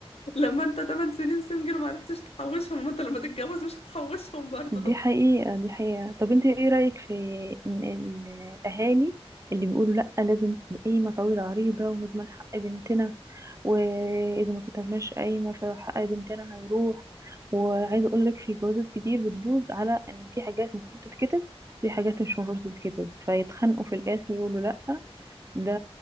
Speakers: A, on the left (about 75°); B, on the right (about 30°).
A: لما انت 8 سنين سنجل ما عرفتش تحوشهم ما انت لما تتجوز مش هتحوشهم برضه
B: دي
A: طب
B: حقيقة دي حقيقة طب انت ايه رأيك في ان ال- الاهالي اللي بيقولوا لا لازم تبقى قايمة طويلة عريضة ونضمن حق بنتنا واذا ما كتبناش قايمة فحق بنتنا هيروح وعايزة اقول لك في جوازات كتير بتبوظ على ان في حاجات المفروض تتكتب في حاجات مش المفروض تتكتب فيتخانقوا في الاخر يقولوا لا ده